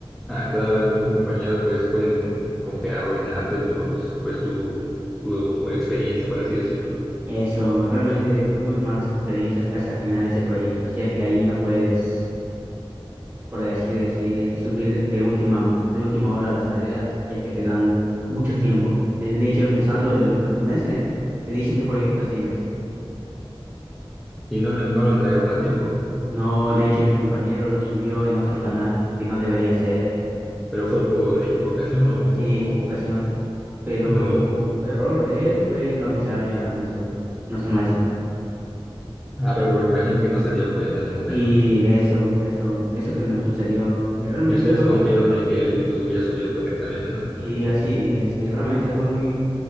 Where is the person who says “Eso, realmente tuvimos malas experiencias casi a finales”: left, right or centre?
Right